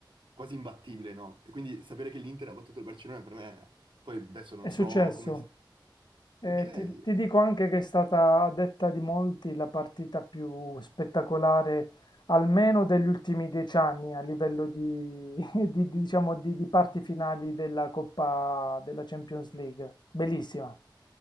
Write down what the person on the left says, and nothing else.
È successo.
Eh,
ti, ti dico anche che è stata, a detta di molti, la partita più spettacolare, almeno degli ultimi dieci anni, a livello di, <laughs> di- di- diciamo, di, di parti finali della Coppa della Champions League. Bellissima.